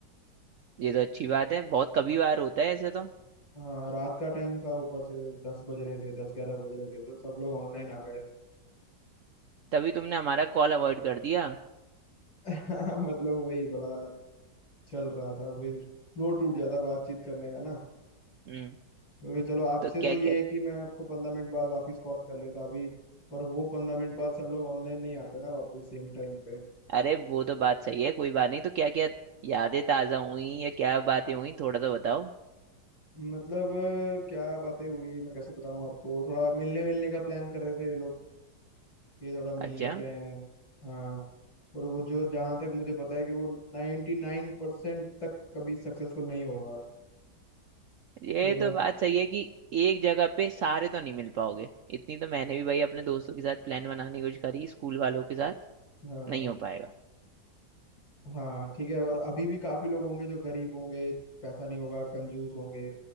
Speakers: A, on the right; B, on the left.
A: ये तो अच्छी बात है बहुत कभी बार होता है ऐसे तो
B: हाँ रात का टाइम था ऊपर से दस बज रहे थे दस ग्यारह बज रहे थे तो सब लोग ऑनलाइन आ गए
A: तभी तुमने हमारा कॉल अवॉइड कर दिया
B: <laughs> मतलब वही थोड़ा चल रहा था फिर फ्लो टूट जाता बातचीत करने का ना
A: हम्म
B: क्योंकि चलो आपसे
A: तो
B: तो
A: क्या
B: ये
A: क्या
B: है कि मैं आपको पंद्रह मिनट बाद वापस कॉल कर लेता अभी पर वो पंद्रह मिनट बाद सब लोग ऑनलाइन नहीं आते ना वापस सेम टाइम पे
A: अरे वो तो बात सही है कोई बात नहीं तो क्या क्या यादें ताज़ा हुई या क्या बातें हुई थोड़ा तो बताओ
B: मतलब अ, क्या बातें हुई मैं कैसे बताऊं आपको थोड़ा मिलने मिलने का प्लान कर रहे थे ये लोग कि थोड़ा मिल
A: अच्छा
B: लेते हैं हाँ और वो जो जहाँ तक मुझे पता है कि वो नाइन्टी नाइन परसेंट तक कभी सक्सेसफुल नहीं होगा
A: ये
B: ठीक है
A: तो बात सही है कि एक जगह पे सारे तो नहीं मिल पाओगे इतनी तो मैंने भी भाई अपने दोस्तों के साथ प्लान बनाने की कोशिश करी स्कूल वालों के साथ
B: हाँ
A: नहीं हो पाएगा
B: हाँ ठीक है और अभी भी काफी लोग होंगे जो गरीब होंगे पैसा नहीं होगा कंजूस होंगे